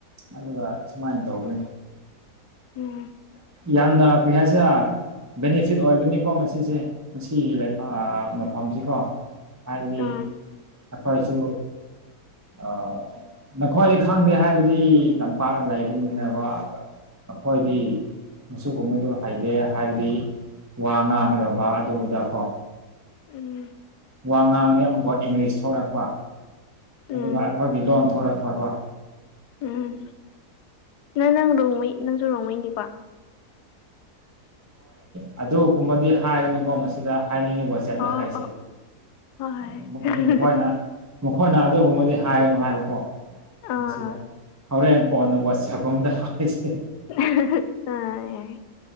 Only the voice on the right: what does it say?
ꯑꯗꯨꯒ ꯁꯨꯃꯥꯏꯅ ꯇꯧꯒꯅꯤ
ꯌꯥꯝꯅ ꯀꯩ ꯍꯥꯏꯁꯦ ꯕꯦꯅꯤꯐꯤꯠ ꯑꯣꯏꯕꯅꯤꯀꯣ ꯃꯁꯤꯁꯦ ꯉꯁꯤꯒꯤ ꯂꯩꯄꯥꯛ ꯃꯐꯝꯁꯤꯀꯣ ꯍꯥꯏꯕꯗꯤ
ꯑꯩꯈꯣꯏꯁꯨ ꯑ ꯅꯈ꯭ꯋꯥꯔꯤ ꯈꯥꯡꯗꯦ ꯍꯥꯏꯕꯗꯤ ꯇꯝꯄꯥꯛꯅ ꯂꯩꯕꯅꯤꯅꯦꯀ ꯑꯩꯈꯣꯏꯒꯤ ꯑꯗꯨꯒꯒꯨꯝꯕꯗꯨ ꯍꯩꯗꯦ ꯍꯥꯏꯕꯗꯤ ꯋꯥ ꯉꯥꯡꯗꯕ ꯑꯗꯨꯗ ꯀꯣ
ꯋꯥ ꯉꯥꯡꯔꯦ ꯑꯃꯨꯛꯀꯣ ꯏꯪꯂꯤꯁ ꯊꯣꯛꯂꯛꯄ
ꯑꯗꯨꯒ ꯑꯩꯈꯣꯏꯒꯤ ꯂꯣꯟ ꯊꯣꯔꯛꯄꯈꯣ
ꯑꯗꯨ ꯀꯨꯝꯕꯗꯤ ꯍꯥꯏꯒꯅꯨꯀꯣ ꯃꯁꯤꯗ ꯍꯥꯏꯅꯤꯡꯉꯤ ꯋꯥꯆꯦꯞꯇ
ꯍꯥꯏꯁꯦ
ꯃꯈꯣꯏꯅ
ꯃꯈꯣꯏꯅ ꯑꯗꯨꯒꯨꯝꯕꯗꯤ ꯍꯥꯏꯔꯅꯨ ꯍꯥꯏꯕꯀꯣ
ꯃꯁꯤꯗ ꯍꯣꯔꯦꯟ ꯀꯣꯟꯅ ꯋꯥꯠꯁꯀꯣꯝꯗ ꯍꯥꯏꯁꯦ